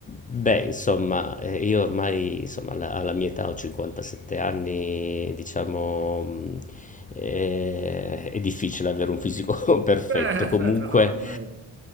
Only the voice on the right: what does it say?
Beh,
beh, però dai.